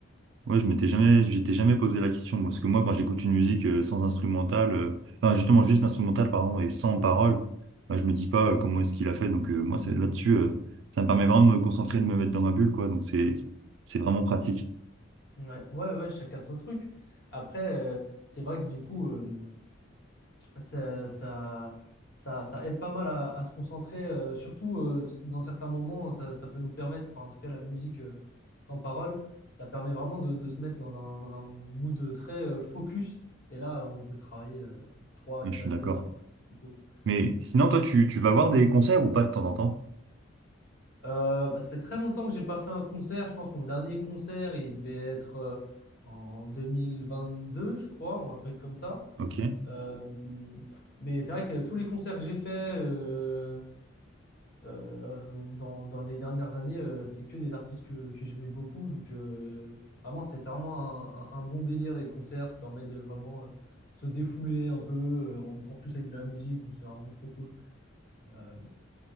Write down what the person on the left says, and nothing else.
Ouais, ouais, ouais, chacun son truc. Après, euh, c'est vrai que du coup. euh, ça, ça, ça, ça aide pas mal à, à se concentrer, euh, surtout euh, dans certains moments, hein, ça, ça peut nous permettre, enfin en tout cas la musique euh, sans parole, ça permet vraiment de, de se mettre dans un, dans un mood très euh, focus, et là on peut travailler euh, trois
quatre
heures euh, s'il faut.
Donc,
euh, bah, ça fait très longtemps que j'ai pas fait un concert, je pense que mon dernier concert il devait être euh, en 2022 je crois, ou un truc comme ça.
Euh, mais c'est vrai que tous les concerts que j'ai faits, euh, Euh, dans, dans les dernières années, euh, c'était que des artistes que, que j'aimais beaucoup. Donc, euh, vraiment, c'est c'est vraiment un, un- un bon délire, les concerts. Ça permet de vraiment euh, se défouler un peu, euh, en, en plus avec de la musique. Donc, c'est vraiment trop cool. Euh,